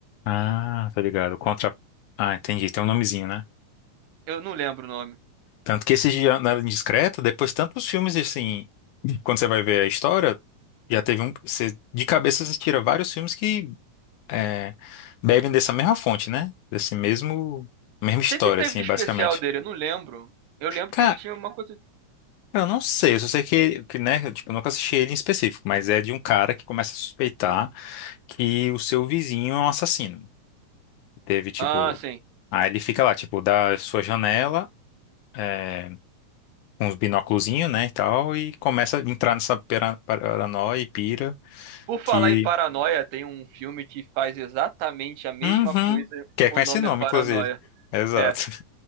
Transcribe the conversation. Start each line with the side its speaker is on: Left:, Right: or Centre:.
Left: Ah, tá ligado. Contra... Ah, entendi, tem um nomezinho, né?
Right: Eu não lembro o nome.
Left: Tanto que esse Janela Indiscreta, depois tantos filmes, assim, quando você vai ver a história, já teve um... Você, de cabeça, você tira vários filmes que é, bebem dessa mesma fonte, né? Desse mesmo, mesma
Right: O
Left: história,
Right: que que teve
Left: assim,
Right: de especial
Left: basicamente.
Right: dele? Eu não lembro. Eu lembro
Left: Cara,
Right: que ele tinha uma coisa.
Left: eu não sei, eu só sei que, que, né, eu, tipo, eu nunca assisti ele em específico, mas é de um cara que começa a suspeitar que o seu vizinho é um assassino. Teve, tipo,
Right: Ah, sim.
Left: aí ele fica lá, tipo, da sua janela, é, com os binóculozinhos, né, e tal, e começa a entrar nessa pera- paranoia e pira
Right: Por falar
Left: que,
Right: em Paranoia, tem um filme que faz exatamente a mesma
Left: uhum,
Right: coisa.
Left: que é com
Right: O
Left: esse
Right: nome
Left: nome,
Right: é Paranoia.
Left: inclusive. Exato.
Right: É.
Left: <laughs>